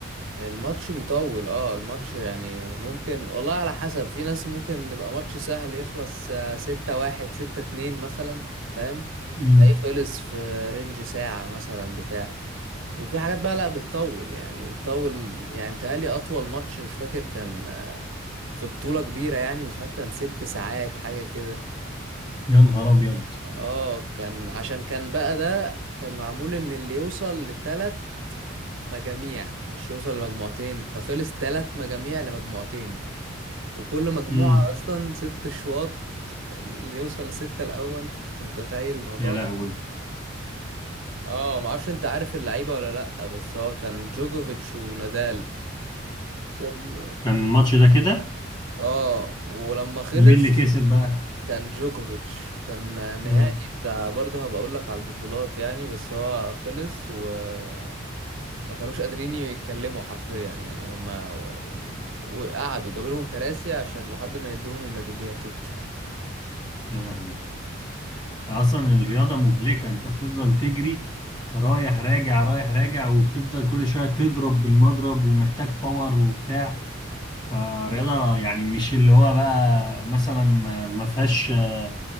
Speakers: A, on the right; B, on the left.
A: الماتش بيطول اه الماتش يعني ممكن والله على حسب في ناس ممكن يبقى ماتش سهل يخلص آه، ستة واحد ستة اتنين مثلا فاهم
B: امم
A: تلاقيه خلص في رينج ساعة مثلا بتاع وفي حاجات بقى لا بتطول يعني بتطول م- يعني متهيألي أطول ماتش مش فاكر كان آه، في بطولة كبيرة يعني مش عارف كان ست ساعات حاجة كده
B: يا نهار ابيض
A: اه كان عشان كان بقى ده كان معمول ان اللي يوصل لتلات مجاميع مش يوصل لمجموعتين فخلص تلات مجاميع لمجموعتين وكل مجموعة
B: امم
A: أصلا ست شواط اللي يوصل لستة الأول <laughs> فأنت متخيل الموضوع
B: يا لهوي
A: كان- اه معرفش أنت عارف اللعيبة ولا لأ بس هو كان جوكوفيتش ونادال كان
B: كان الماتش ده كده
A: اه ولما خلص
B: ومين اللي كسب بقى
A: كان جوكوفيتش كان نهائي
B: امم
A: بتاع برضه هبقى أقول لك على البطولات يعني بس هو خلص وما كانوش قادرين يتكلموا حرفيا يعني هما وقعدوا جابوا لهم كراسي عشان لحد ما يدوهم الميداليات وبتاع
B: يا لهوي اصلا الرياضة مهلكة انت بتفضل تجري رايح راجع رايح راجع وبتفضل كل شوية تضرب بالمضرب ومحتاج باور وبتاع فالرياضة يعني مش اللي هو بقى مثلا ما ما فيهاش آه،